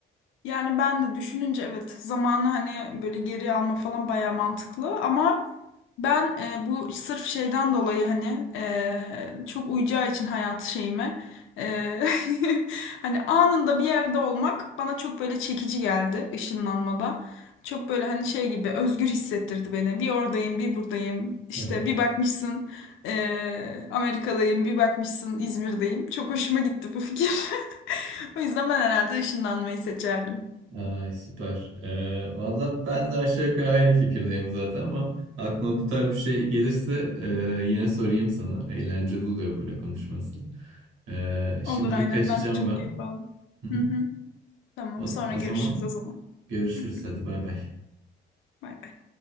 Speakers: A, on the left; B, on the right.
A: Yani ben de düşününce evet zamanı hani böyle geri alma falan bayağı mantıklı ama Ben e, bu sırf şeyden dolayı hani e, çok uyacağı için hayat şeyime e, <laughs> hani anında bir yerde olmak bana çok böyle çekici geldi ışınlanmada. Çok böyle hani şey gibi özgür hissettirdi beni. Bir oradayım, bir buradayım. İşte
B: <laughs>
A: bir bakmışsın e, Amerika'dayım, bir bakmışsın İzmir'deyim. Çok hoşuma gitti bu fikir. <laughs> O yüzden ben herhalde ışınlanmayı seçerdim.
B: Ay süper. Ee, valla ben de aşağı yukarı aynı fikirdeyim zaten ama aklıma bu tarz bir şey gelirse e, yine sorayım sana. Eğlenceli oluyor böyle konuşması. Ee, şimdilik
A: Olur aynen
B: kaçacağım
A: ben de çok
B: ben.
A: keyif aldım.
B: Hı hı.
A: Hı hı, tamam
B: O,
A: sonra
B: o
A: görüşürüz
B: zaman
A: o zaman.
B: görüşürüz.
A: <laughs>
B: Hadi bay bay.
A: Bay bay.